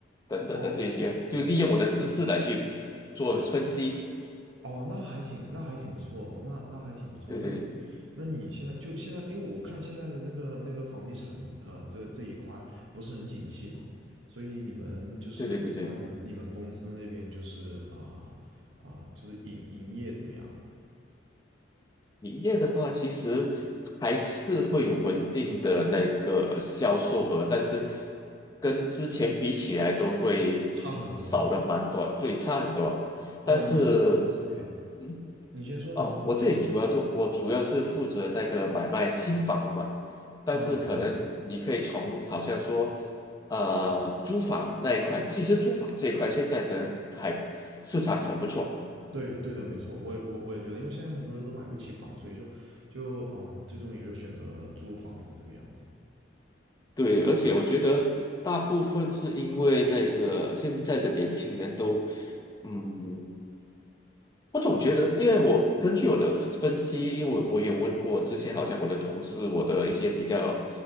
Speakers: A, on the left; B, on the right.
A: 等等的这些，
B: 哦
A: 就利用我的知识来去做分析。
B: 哦，那还挺那还挺不错，那那还挺不错。
A: 对对对
B: 那你那你现在就现在，因为我看现在的那个那个房地产呃这这一块不是很景气嘛，所以你们就是不知道你们你们公司那边就是啊啊、
A: 对对对对。
B: 就是营营业怎么样啊
A: 营业的话，其实还是会有稳定的那个销售额，但是跟之前比起来都会
B: 差很多。
A: 少了蛮多，最差很多。
B: 哦，
A: 但是，
B: 你是 OK，
A: 嗯，
B: 你先说，
A: 哦，
B: 你先说，
A: 我这里主要都我主要是负责那个买卖新房的嘛，
B: 没事。
A: 但是可能你可以从好像说，
B: 啊，对，
A: 呃，租房那一块，其实租房这一块现在的还市场很不错。
B: 啊，对，对的，没错，我也我我也觉得，因为现在很多人都买不起房，所以就就嗯，最终也就选择租房子这个样子。
A: 对，而且我觉得大部分是因为那个现在的年轻人都，嗯，我总觉得，因为我根据我的分析，因为我我也问过之前好像我的同事，我的一些比较